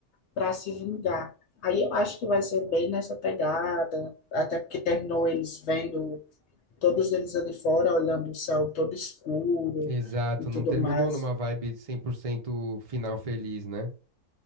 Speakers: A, on the left (about 65°); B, on the right (about 60°).
A: para se vingar. Aí eu acho que vai ser bem nessa pegada, até porque terminou eles vendo todos eles ali fora, olhando o céu todo escuro
B: Exato,
A: e tudo
B: não terminou
A: mais.
B: numa vibe 100% final feliz, né?